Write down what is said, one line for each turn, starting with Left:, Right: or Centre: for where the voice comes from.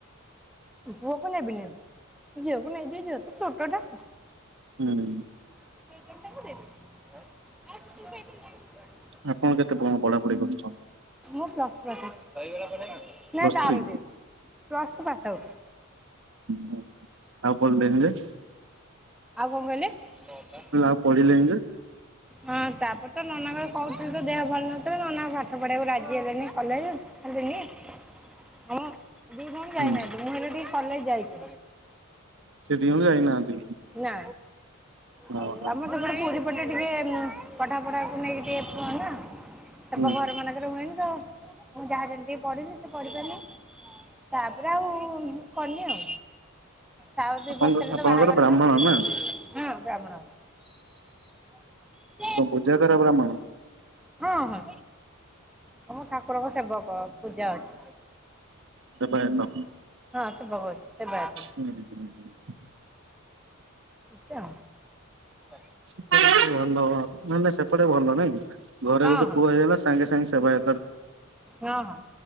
Centre: ପୁଅକୁ ନେବି ନି। ଝିଅକୁ ନେବି, ଝିଅ ତ ଛୋଟ ଟା।
Right: ହୁଁ।
Centre: <inaudible>
Right: ଆପଣ କେତେ କଣ ପଢାପଢି କରୁଛନ୍?
Centre: ମୁଁ ପ୍ଲସ <inaudible> ନାଇଁ
Right: ପ୍ଲସ୍
Centre: ତାର
Right: ଥ୍ରୀ
Centre: ଦେ। Plus two pass out.
Right: ହୁଁ। ଆଉ କଲ ଦେବି ଯେ
Centre: ଆଉ କଣ କହିଲେ?
Right: ଲା, ଆଉ ପଢିଲେନି ଯେ।
Centre: ହଁ ତାପରେ ତ ନନାଙ୍କର କହୁଥିଲୁ ତ ଦେହ ଭଲ ନଥିଲା ନନା ପାଠ ପଢେଇବାକୁ ରାଜି ହେଲେନି କଲେଜ। ହେଲେନି। ହଁ ଦି ଭଉଣୀ
Right: ହୁଁ
Centre: ଯାଇନାହାନ୍ତି ମୁଁ ହେଲେ ଟିକେ କଲେଜ ଯାଇଛି।
Right: ସେଥିପାଇଁ ଯାଇନାହାନ୍ତି
Centre: ନା
Right: ଓହୋ
Centre: ଆଉ ଆମର ସେପଟେ ପୂରୀ ଏ ପଟେ ଟିକେ ଉମ ପଢା ପଢାକୁ ନେଇକି ଟିକେ କୁହ ନା। ସେ
Right: ହୁଁ
Centre: <unintelligible> ଘରମାନେ ପାଖରେ ହୁଏନି ତ, ମୁଁ ଯାହା ଯେମିତି ପଢ଼ିଲି ସେ ପଢ଼ିପାରିଲି। ତାପରେ ଆଉ କନି ଆଉ। ତା ଦି
Right: ଆପଣଙ୍କ
Centre: ବର୍ଷରେ
Right: ଆପଣଙ୍କର
Centre: ତ ବାହା କରିଲ।
Right: ବ୍ରାହ୍ମଣ ନା
Centre: ହଁ ବ୍ରାହ୍ମଣ। <inaudible>
Right: କଣ ପୂଜା କର ବ୍ରାହ୍ମଣ?
Centre: ହଁ ହଁ। ଆମ ଠାକୁରଙ୍କ ସେବକ ପୂଜା ଅଛି।
Right: ସେବାୟତ।
Centre: ହଁ ସେ ବହ, <unintelligible> ସେବାୟତ।
Right: ହୁଁ ହୁଁ ହୁ
Centre: ଆଚ୍ଛା। ନା।
Right: <inaudible> ଭଲ। ମାନେ ସେପଟେ ଭଲ ନାଇଁ କି, ଘରେ
Centre: ହଁ
Right: ଗୋଟେ
Centre: ହଁ
Right: ପୁଅ ହେଇଗଲା ସାଙ୍ଗେ ସାଙ୍ଗେ ସେବାୟ
Centre: ହଁ ହଁ।